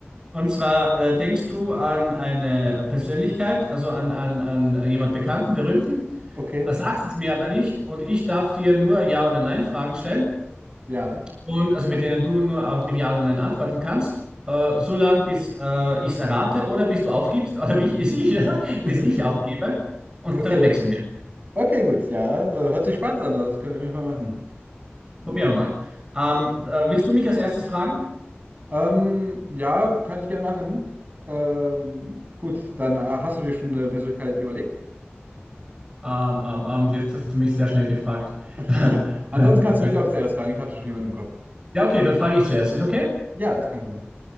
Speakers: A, on the right; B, on the right.
A: Und zwar, äh, denkst du an eine Persönlichkeit, also an, an, an jemand Bekannten, Berühmten,
B: Okay.
A: äh, sagst es mir aber nicht und ich darf dir nur Ja oder Nein Fragen stellen.
B: Ja.
A: Und also mit denen du nur auf mit Ja oder Nein antworten kannst, äh, so lange, bis äh, ich es errate oder bis du aufgibst, oder bis ich, <laughs> ich
B: <laughs>
A: bis ich aufgebe. Und
B: Okay.
A: dann wechseln wir.
B: Okay, gut. Ja, äh, hört sich spannend an. Das können wir auf jeden Fall machen.
A: Probieren wir mal. Ähm, äh, willst du mich als erstes fragen?
B: Ähm, ja, kann ich gern machen. Ähm, gut, dann äh, hast du dir schon eine Persönlichkeit überlegt?
A: Ähm, ähm, ähm, jetzt hast du mich sehr schnell gefragt.
B: <laughs>
A: <laughs>
B: Ansonsten kannst du mich auch zuerst fragen. Ich habe da schon jemanden im Kopf.
A: Ja, okay, dann frage ich zuerst. Ist okay?
B: Ja, ist kein Problem.